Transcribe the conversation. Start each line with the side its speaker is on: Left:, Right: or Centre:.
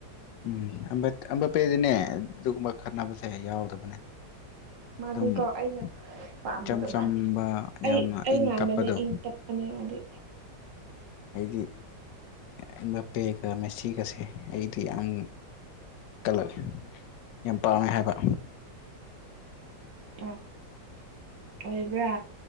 Left: ꯎꯝ ꯑꯝꯕꯄꯦꯗꯨꯅꯦ ꯑꯗꯨꯒꯨꯝꯕ ꯈꯠꯅꯕꯁꯦ ꯌꯥꯎꯗꯕꯅꯦ꯫
Right: ꯃꯥꯗꯤꯀꯣ
Left: ꯑꯗꯨꯝ
Right: ꯑꯩꯅ ꯄꯥꯝꯕꯗꯣ
Left: ꯏꯆꯝ ꯆꯝꯕ
Right: ꯃꯥꯜꯂꯤ ꯑꯩ
Left: ꯌꯥꯝꯅ
Right: ꯑꯩ
Left: ꯏꯪ
Right: ꯃꯥꯟꯕꯅꯦ
Left: ꯇꯞꯄꯗꯣ
Right: ꯏꯪ ꯇꯞꯄꯅꯦ ꯃꯥꯗꯤ꯫
Left: ꯑꯩꯗꯤ ꯑꯦꯝꯕꯞꯄꯦꯒ ꯃꯦꯁꯤꯒꯁꯦ ꯑꯩꯗꯤ ꯌꯥꯝ ꯀꯜꯂꯛꯑꯦ꯫ ꯌꯥꯝ ꯄꯥꯝꯃꯦ ꯍꯥꯏꯕ
Right: ꯑ ꯑꯣꯏꯕ꯭ꯔꯥ